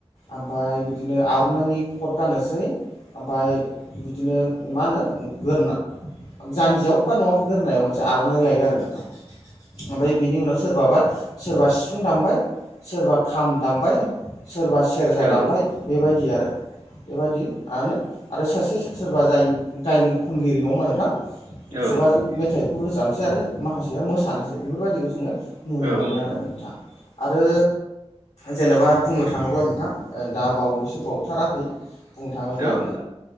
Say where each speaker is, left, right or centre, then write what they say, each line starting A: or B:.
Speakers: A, on the left; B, on the right.
A: ओमफ्राय बिदिनो आर'नाइनि कट गाननोसै ओमफ्राय बिदिनो मा होनो गोदोनायाव जान्जियाव बा नङाबा गोरोननायाव मोनसे मोनसे आर'नाइ लायो आरो नोंथां ओमफ्राय बेनि उनाव सोरबाबा सोरबा सिफुं दामबाय सोरबा खाम दामबाय सोरबा सेरजा
B: औ
A: दामबाय
B: नोंथां
A: बेबायदि आरो बेबायदिआनो आरो सासे सोरबा जाय गायन खनगिरि नङा होमबा नोंथां
B: औ
A: खुगाजों
B: नोंथां औ नोंथां
A: मेथाइ रोजाबसै आरो माखासेया मोसानोसै बेफोरबायदिखौ जोङो नुनो
B: औ
A: मोनो आरो नोंथां आरो जेनेबा बुंनो थाङोब्ला नोंथां दा बावैसो बावथाराखै बुंनो थाङोब्ला
B: नोंथां